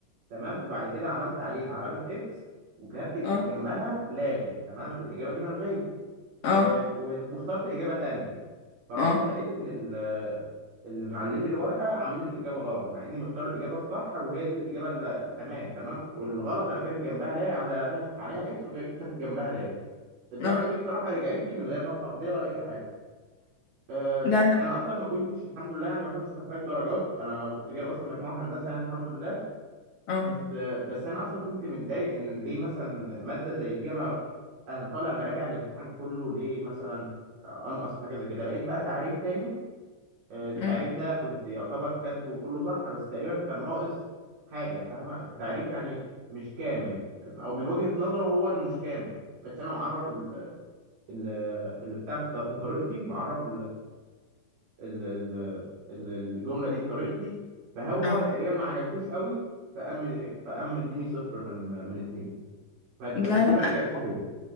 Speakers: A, on the right; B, on the left.
A: تمام وبعد كده عملت عليها علامة اكس وكتبت
B: اه
A: جنبها لاغي تمام الإجابة دي ملغية
B: اه
A: و... و... واخترت إجابة تانية فروحت
B: اه
A: لقيت إن ال... اللي معلم لي الورقة عامل لي الإجابة غلط مع إني مختار الإجابة الصح وهي دي الإجابة ال- التمام تمام والغلط أنا كاتب جنبها لاغي عامل عليها عليها اكس وكاتب جنبها لاغي الدرجة
B: اه
A: دي بصراحة رجعت لي من غير ما أرفع قضية ولا أي حاجة أه...
B: لا لا
A: أنا أصلا ما كنتش الحمد لله يعني ما كنتش محتاج درجات أنا كنت جايب أصلا مجموع هندسة يعني الحمد لله
B: اه
A: بس بس انا اصلا كنت متضايق ان ليه مثلا ماده زي دي انا انا طالع مراجع الامتحان كله ليه مثلا انقص في حاجه زي كده لقيت بقى تعريف تاني آه، التعريف
B: أمم،
A: ده كنت يعتبر كاتبه كله صح بس تقريبا كان ناقص حاجه فاهمه التعريف يعني مش كامل او من وجهه نظره هو انه مش كامل بس انا معرف ال- ال- اللي بتاع بط- بطريقتي معرف ال- ال- ال- الجمله دي بطريقتي فهو
B: اه
A: تقريبا ما عجبتوش قوي فقام فقام مديني صفر من من اتنين ف- بس
B: لا
A: دي
B: لا
A: ما رجعتش ليا